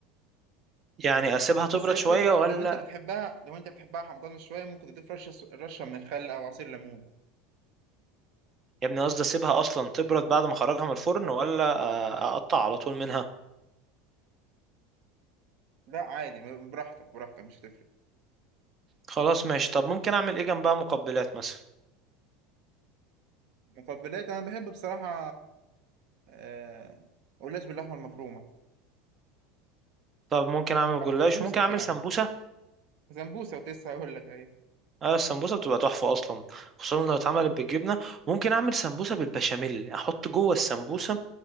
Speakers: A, on the right; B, on the right.
A: يعني اسيبها تبرد
B: بس هي
A: شوية
B: الفكره
A: ولا
B: لو انت بتحبها لو انت بتحبها حمضانه شويه ممكن تضيف رشه رشه من الخل او عصير ليمون
A: يا ابني قصدي اسيبها اصلا تبرد بعد ما اخرجها من الفرن ولا آه، اقطع على طول منها
B: لا عادي براحتك براحتك مش هتفرق
A: خلاص ماشي طب ممكن اعمل ايه جنبها مقبلات مثلا
B: مقبلات انا بحب بصراحه آه، قلاش باللحمه المفرومه
A: طب ممكن اعمل
B: او
A: جلاش
B: سمبوسك
A: ممكن اعمل
B: يعني
A: سمبوسه
B: سمبوسة كنت لسه هقول لك أيوة
A: اه السمبوسه بتبقى تحفه اصلا خصوصا لو اتعملت بالجبنه ممكن اعمل سمبوسه بالبشاميل احط جوه السمبوسه